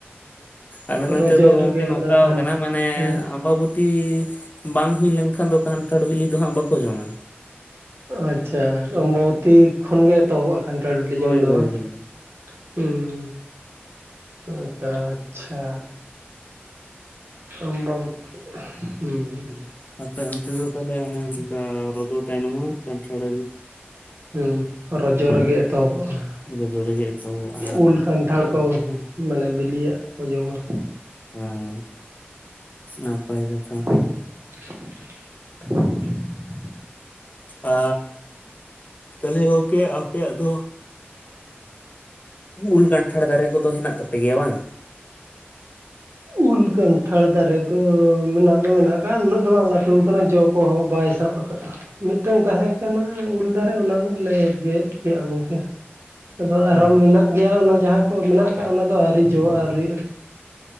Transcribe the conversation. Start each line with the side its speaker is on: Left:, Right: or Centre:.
Left: ᱟᱞᱮ ᱱᱚᱛᱮ
Right: ᱨᱚᱡᱚ
Left: ᱫᱚ ᱜᱚᱝᱠᱮ
Right: ᱨᱮᱜᱮ
Left: ᱱᱚᱝᱠᱟ
Right: ᱚᱱᱟ ᱠᱷᱟᱱ
Left: ᱟᱠᱟᱱᱟ ᱢᱟᱱᱮ
Right: ᱦᱮᱸ
Left: ᱟᱢᱵᱟᱵᱩᱼᱼ ᱛᱤ ᱵᱟᱝ ᱦᱩᱭ ᱞᱮᱱᱠᱷᱟᱱ ᱫᱚ ᱠᱟᱱᱴᱷᱟᱲ ᱵᱤᱞᱤ ᱫᱚ ᱦᱟᱸᱜ ᱵᱟᱠᱚ ᱡᱚᱢᱟ
Right: ᱟᱪᱪᱷᱟ ᱚᱢᱵᱟᱵᱚᱛᱤ ᱠᱷᱚᱱᱜᱮ ᱮᱛᱚᱦᱚᱵᱼᱟ ᱠᱟᱱᱟᱱᱴᱟ ᱵᱤᱞᱤ
Left: ᱦᱳᱭ
Right: ᱡᱚᱢ ᱫᱚ
Left: ᱦᱳᱭ
Right: ᱵᱟᱝ?
Left: ᱦᱳᱭ,
Right: ᱦᱩᱸ ᱚᱱᱠᱟ ᱟᱪᱪᱷᱟ ᱟᱢᱵᱟᱵᱚᱛᱤ ᱦᱩᱸᱼᱼ
Left: ᱟᱪᱪᱷᱟ ᱚᱱᱛᱮ ᱫᱚ ᱛᱟᱦᱚᱞᱮ ᱚᱱᱮ ᱚᱱᱠᱟ ᱨᱚᱡᱚ ᱛᱟᱭᱱᱚᱢ ᱢᱟ ᱠᱟᱱᱴᱷᱟᱲᱼᱼ
Right: ᱦᱮᱸ ᱨᱚᱡᱚ ᱨᱮᱜᱮ ᱮᱛᱚᱦᱚᱵᱚᱜᱼᱟ
Left: ᱨᱚᱡᱚ ᱨᱮᱜᱮ ᱮᱛᱚᱦᱚᱵᱚᱜᱼᱟ
Right: ᱩᱞ ᱠᱟᱱᱴᱷᱟᱲ ᱦᱳᱭ ᱦᱳᱭ ᱢᱟᱱᱮ ᱵᱤᱞᱤᱭᱟᱜ ᱠᱚ ᱡᱚᱢᱟ
Left: ᱦᱮᱸ ᱱᱟᱯᱟᱭ ᱠᱟᱛᱷᱟ
Right: <inaudible>
Left: ᱟ ᱛᱟᱦᱚᱞᱮ ᱜᱚᱝᱠᱮ ᱟᱯᱮᱭᱟᱜ ᱫᱚ ᱩᱞ ᱠᱟᱱᱟᱴᱷᱟᱲ ᱫᱟᱨᱮ ᱠᱚᱫᱚ ᱦᱮᱱᱟᱜ ᱛᱟᱯᱮ ᱜᱮᱭᱟ ᱵᱟᱝ
Right: ᱩᱞ ᱠᱟᱱᱴᱷᱟᱲ ᱫᱟᱨᱮ ᱫᱚ ᱢᱮᱱᱟᱜ ᱫᱚ ᱢᱮᱱᱟᱜ ᱠᱟᱜ-ᱟ ᱩᱱᱟᱹᱜ ᱫᱚ ᱵᱟᱝ ᱞᱟᱹᱴᱩ ᱠᱟᱱᱟ ᱡᱚ ᱠᱚᱦᱚᱸ ᱵᱟᱭ ᱥᱟᱵ ᱠᱟᱜ ᱼᱟ ᱢᱤᱫᱴᱟᱝ ᱛᱟᱦᱮᱸ ᱠᱟᱱᱟ ᱩᱞ ᱫᱟᱨᱮ ᱚᱱᱟ ᱫᱚᱞᱮ ᱜᱮᱫ ᱠᱮᱜᱼᱟ ᱜᱚᱝᱠᱮ ᱟᱫᱚ ᱟᱨᱦᱚᱸ
Left: ᱚ
Right: ᱢᱮᱱᱟᱜ ᱜᱮᱭᱟ ᱚᱱᱟ ᱡᱟᱦᱟᱸ ᱠᱚ ᱢᱮᱱᱟᱜ ᱠᱟᱫ ᱚᱱᱟ ᱫᱚ ᱟᱹᱣᱨᱤ ᱡᱚ ᱟᱹᱣᱨᱤ